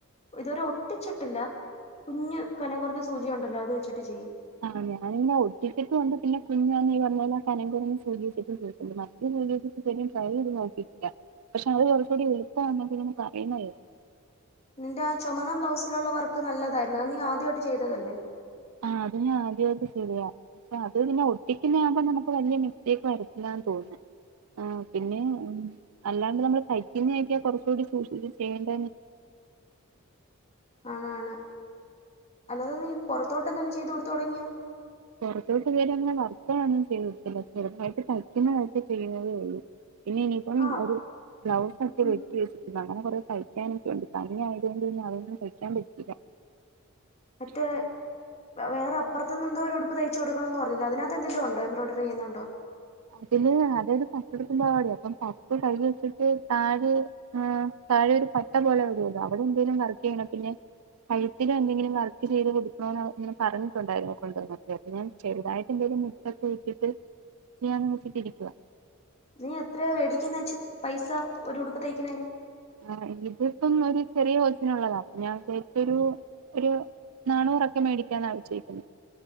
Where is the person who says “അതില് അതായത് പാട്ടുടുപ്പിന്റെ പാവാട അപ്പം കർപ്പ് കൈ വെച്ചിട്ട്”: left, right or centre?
Right